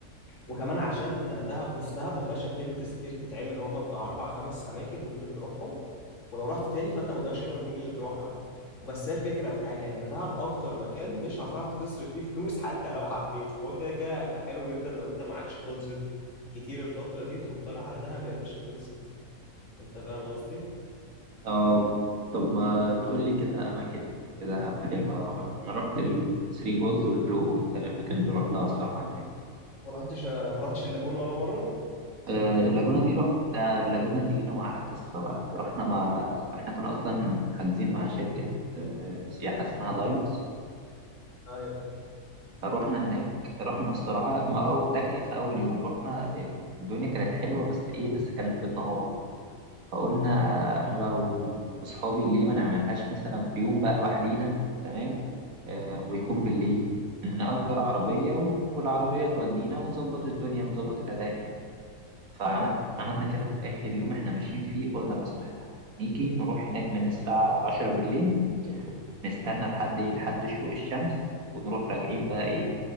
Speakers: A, on the left (about 60°); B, on the right (about 75°).
A: وكمان عشان دهب بص دهب ما فيهاش اكتيفيتيز كتير تتعمل هم بتاع اربع خمس اماكن ممكن تروحهم ولو رحت تاني فانت ما قدامكش غير الاماكن دي اللي تروحها بس هي الفكره في حاجه ان دهب اكتر مكان مش هتعرف تصرف فيه فلوس <laughs> حتى لو حبيت فهو كده كده هيبقى حلو جدا لو انت معكش بادجت كتير الفتره دي تقوم طالع على دهب يا باشا خلصت انت فاهم قصدي
B: آه طب ما تقول لي كده أماكن في دهب حلوة أروحها أنا رحت الثري بولز والبلو هول ده الأماكن اللي روحتها الصراحة هناك
A: ما رحتش ما رحتش اللاجونه ولا مره
B: آه، اللاجونة دي رحنا اللاجونة دي لنا معاها قصة بقى رحنا مع احنا كنا أصلا حاجزين مع شركة آه، سياحة اسمها لايونز
A: ايوه
B: فروحنا هناك رحنا الصراحة ما أو... ده كانت في أول يوم رحنا آه، الدنيا كانت حلوة بس إيه بس كانت بالنهار فقلنا آه، أنا بقى و- وأصحابي ليه ما نعملهاش مثلا في يوم بقى لوحدينا تمام آه، ويكون بالليل نأجر عربية والعربية تودينا ونظبط الدنيا ونظبط الأداء هناك فعملنا
A: ايوه
B: عملنا كده في آخر يوم إحنا ماشيين فيه قلنا بس إحنا نيجي نروح هناك من الساعة عشرة بالليل نستنى لحد إيه لحد شروق الشمس ونروح راجعين بقى إيه